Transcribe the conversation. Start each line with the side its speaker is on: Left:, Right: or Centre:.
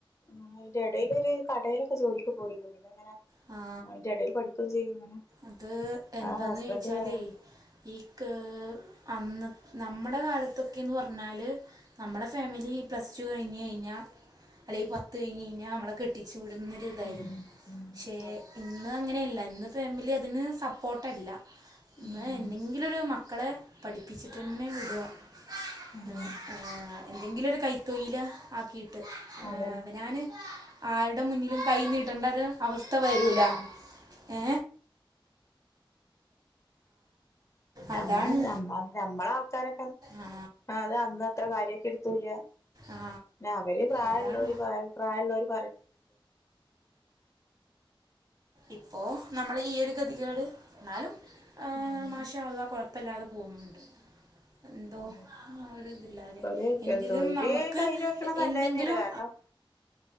Left: ഇതിന്റെ ഇടയിലൊരു കടയിലൊക്കെ ജോലിക്ക് പോയിരിന്നു അങ്ങനെ
Right: ആ
Left: അയ്‌ന്റെ ഇടയിൽ പഠിക്കൂ ചെയ്യും അങ്ങനെ
Right: അത് എന്താന്ന്
Left: അതാണ് ഹസ്ബൻഡ്
Right: ചോദിച്ചാല്
Left: ആഹ്
Right: ഈ ക്ക്‌ അന്ന് നമ്മുടെ കാലത്തൊക്കെയെന്ന് പറഞ്ഞാല് നമ്മുടെ ഫാമിലി പ്ലസ് ടു കഴിഞ്ഞ് കഴിഞ്ഞാൽ അല്ലെങ്കിൽ പത്ത് കഴിഞ്ഞ് കഴിഞ്ഞാൽ നമ്മളെ കെട്ടിച്ചു വിടുന്നൊരിതായിരുന്നു
Left: ഉം ഉം
Right: പക്ഷേ
Left: അതെ
Right: ഇന്ന് അങ്ങനെയല്ല ഇന്ന് ഫാമിലിയ അതിന് സപ്പോർട്ടല്ല ഇന്ന്
Left: ഉം
Right: എന്തെങ്കിലും ഒരു മക്കളെ പഠി പഠിച്ചിട്ടെന്നെ വിടുക
Left: ഉം
Right: <unintelligible> എന്തെങ്കിലും ഒരു കൈ തൊഴിൽ ആക്കിയിട്ട്
Left: അതന്നെ
Right: അതെ ഞാൻ ആരുടെ മുന്നിലും കൈ നീട്ടണ്ടത് അവസ്ഥ വരൂല
Left: ഉം
Right: ഏ
Left: നമ്മളെ
Right: അതാണ്
Left: നമ്മളെ നമ്മളെ ആൾക്കാരൊ
Right: ആ
Left: അത് അന്ന് അത്ര കാര്യാക്കി എടുത്തൂല്ല
Right: ആ
Left: അവര് പ്രായമുള്ളവര്
Right: അതാണ്
Left: പ്രായമുള്ളവര്
Right: ഇപ്പൊ നമ്മൾ ഈ ഒരു ഗതികേട് അപ്പൊ ആ
Left: അതന്നെ
Right: മാഷാ അള്ളാ കുഴപ്പം ഇല്ലാതെ പോകുന്നുണ്ട് എന്തോ
Left: അതന്നെ
Right: പിന്നെ
Left: ഒരു
Right: എങ്കിലും
Left: തൊഴില്
Right: നമ്മക്ക്
Left: കയ്യില് വെക്കണ നല്ലതന്നെയാണ്
Right: എന്തെങ്കിലും
Left: കാരണം